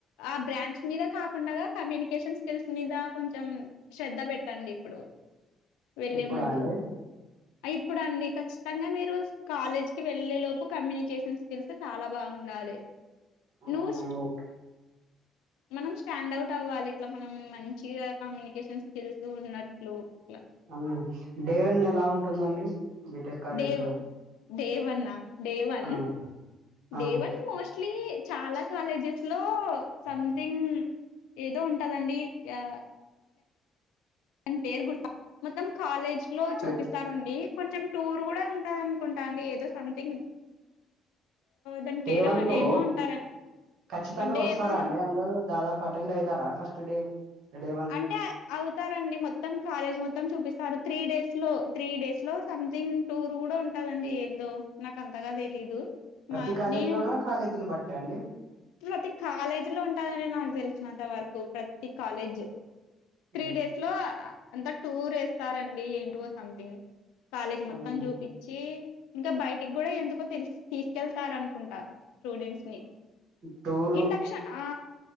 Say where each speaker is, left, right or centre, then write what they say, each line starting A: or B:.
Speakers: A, on the left (about 85°); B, on the right (about 75°).
A: ఆ బ్రాంచ్ మీద కాకుండగ కమ్యూనికేషన్ స్కిల్స్ మీద కొంచెం శ్రద్ధ పెట్టండి ఇప్పుడు వెళ్ళే
B: ఇప్పుడా
A: ముందు
B: అండి
A: ఇప్పుడు అండి ఖచ్చితంగా మీరు కాలేజీకి వెళ్ళే లోపు కమ్యూనికేషన్ స్కిల్స్ చాలా బాగుండాలి
B: ఆ
A: నూస్ట్
B: ఓకే
A: మనం స్టాండ్ అవుట్ అవ్వాలి ఇట్లా మనం మంచిగా కమ్యూనికేషన్ స్కిల్స్ ఉన్నట్లు ఇలా
B: హ్మ్ డే వన్ ఎలా ఉంటుందండి బీటెక్ కాలేజ్
A: డేవ
B: లో
A: డే వన్ డే వన్
B: ఆ ఆ
A: డే వన్ మోస్ట్ ఇట్లీ చాలా కాలేజెస్ లో సంథింగ్ ఏదో ఉంటదండి ఆ దని పేరు గుత మొత్తం కాలేజీ లో చూపిస్తారు
B: రే-
A: అండి కొంచెం టూర్ కూడా ఉంటంది. అనుకుంటా అండి ఏదో సంథింగ్ దాని
B: డే
A: పేరు
B: వన్ లో
A: ఏమో ఉంటారు
B: ఖచ్చితంగా
A: డే
B: వస్తారా
A: ఆ
B: అండి. అందరు దాదాపు అటెండ్ అయితారా ఫస్ట్ డే డే వన్
A: అంటే అవుతారండి మొత్తం కాలేజ్ మొత్తం చూపిస్తారు. త్రీ డేస్ లో త్రీ డేస్ లో సంథింగ్ టూర్ కూడా ఉంటదండి. ఏందో నాకు అంతగా తెలీదు
B: ప్రతి
A: మా
B: కాలేజీ
A: నేను
B: లోన కాలేజీని బట్టా అండి
A: ప్రతి కాలేజీ లో ఉంటందండి నాకు తెలిసినంత వరకు ప్రతి కాలేజ్ త్రీ
B: ఉమ్,
A: డేస్ లో అంత టూర్ వేస్తారండి. ఏంటో సంథింగ్ కాలేజీ మొత్తం
B: ఉమ్,
A: చూపించి ఇంకా బయటికి కూడా ఎందుకో తెలి తీ కేళ్తారూ అనుకుంట స్టూడెంట్స్ ని
B: టు
A: ఇండక్షన్ ఆ